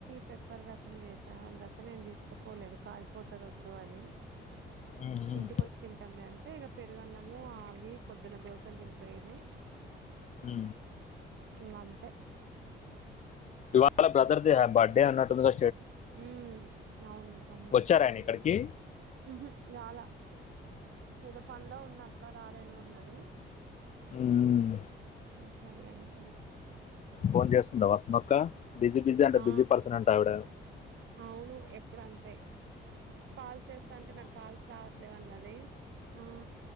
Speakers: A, on the right (about 70°); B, on the left (about 35°).
A: పెప్పర్ రసం చేసా వాళ్ళ రసం ఏమి తీసుకో పోలేదు కారిపోతది వద్దు అని
B: ఉమ్, ఉమ్,
A: ఇంటికొచ్చి తింటాంలే అంటే ఇగ పెరుగున్నాము ఆ పొద్దున్న దోసలు తినిపోయిరు
B: ఉ
A: ఇంగ అంతే
B: ఇవాళ బ్రదర్ది బర్డే అన్నట్టుంది గా
A: ఉ అవును తమ్ముడు
B: వచ్చారు ఆయన ఇక్కడికి
A: ఉహు రాలా ఏదో పనిలో ఉన్న అక్క రాలేను అన్నాడు
B: ఉమ్,
A: సరలే అనుకున్నా
B: ఫోన్ చేస్తుంద వసుమక్క బిజి బిజి అంట
A: ఆ
B: బిజి పర్సన్ అంట అవిడ
A: అవును ఎప్పుడు అంతే కాల్స్ చేస్తాంటే నాకు కాల్స్ రావట్లేవ అన్నది ఆ